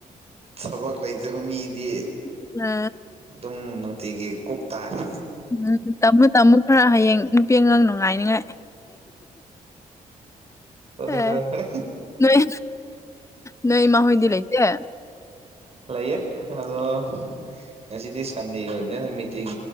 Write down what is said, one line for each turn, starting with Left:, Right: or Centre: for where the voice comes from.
Right: ꯊꯕꯛ ꯂꯩꯖꯕ ꯃꯤꯗꯤ
Left: ꯒꯥꯏꯅ
Right: ꯑꯗꯨꯝ ꯅꯨꯡꯇꯤꯒꯤ ꯀꯣꯛ ꯇꯥꯔꯦ
Left: ꯎꯝ ꯇꯝꯃꯣ ꯇꯝꯃꯣ ꯈꯔ ꯍꯌꯦꯡ ꯅꯨꯄꯤ ꯑꯉꯥꯡ ꯅꯨꯡꯉꯥꯏꯅꯤꯉꯥꯏ
Right: ꯍꯣꯏ
Left: ꯑꯦ
Right: ꯍꯣꯏ ꯍ
Left: ꯅꯣꯏ ꯅꯣꯏ ꯏꯃꯥ ꯍꯣꯏꯗ ꯂꯩ ꯏꯆ
Right: ꯂꯩꯌꯦ ꯑꯗꯣ ꯉꯁꯤꯗꯤ ꯁꯟꯗꯦ ꯑꯣꯏꯕꯅꯤꯅ ꯃꯤꯇꯤꯡ